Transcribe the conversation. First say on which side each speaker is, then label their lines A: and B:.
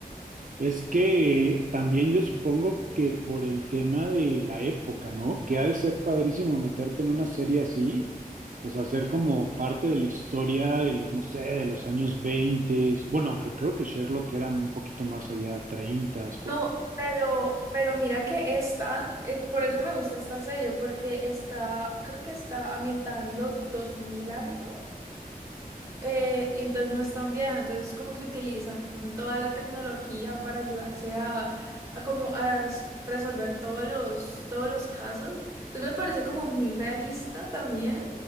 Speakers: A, on the right (about 55°); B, on the right (about 20°).
A: Es que también yo supongo que por el tema de la época, ¿no? Que ha de ser padrísimo meterte en una serie así, o sea, ser como parte de la historia de los, no sé, de los años 20. bueno, aunque creo que Sherlock era un poquito más allá, 30,
B: No, pero, pero mira que esta, eh, por eso me gusta esta serie, porque está, creo que está ambientada en los 2000 algo. eh, y entonces no es tan vieja, entonces como que utilizan toda la tecnología para ayudarse a, a como a s- resolver todos los, todos los casos. Entonces me parece como muy realista también